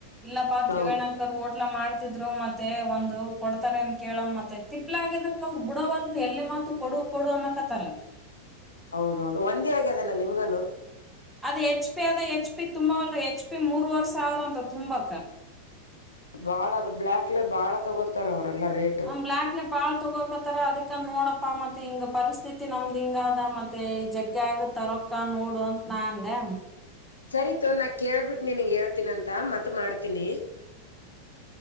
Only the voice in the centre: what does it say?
ಇಲ್ಲಪ್ಪಾ ತ್ರಿವೇಣಿ.
ಓಟ್ಲಾ ಮಾಡ್ತಿದ್ರು ಮತ್ತೆ ಒಂದು ಕೊಡ್ತಾರ ಅನ್ ಕೇಳ ಮತ್ತೆ ತಿಪ್ಲ ಆಗ್ಯದ. ಅವು ಬಿಡವಾಲ್ರು ಎಲ್ಲಿಮತ ಕೊಡು ಕೊಡು ಅನ್ನಕತ್ತರ.
ಅದ್ ಹೆಚ್ ಪಿ ಅದ ಹೆಚ್ ಪಿ ತುಂಬಾ ಒಂದು ಎಚ್ ಪಿ ಮೂರ್ವರೆ ಸಾವಿರ ಅಂತ ತುಂಬಾಕ.
ಅವ್ನ್ ಬ್ಲ್ಯಾಕ್ಲೆ. ಬಾಳ್ ತಗೋಕತಾರ ಅದಕ ನೋಡಪ್ಪಾ ಮತ್ತೆ ಹಿಂಗ್ ಪರಿಸ್ಥಿತಿ ನಮ್ದ್ ಹಿಂಗ ಆದ ಮತ್ತೆ ಜ ಆಗುತ್ತೆ ರೊಕ್ಕ ನೋಡು ಅಂತ ನಾ ಅಂದೆ.